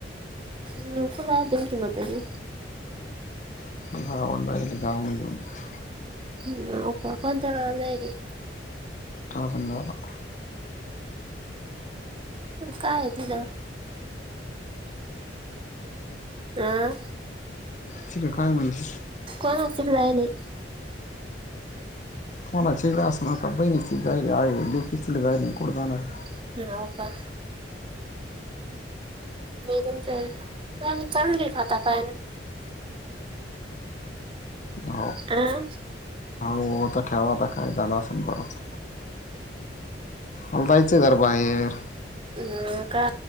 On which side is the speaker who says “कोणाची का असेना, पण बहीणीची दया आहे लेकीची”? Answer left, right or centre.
Left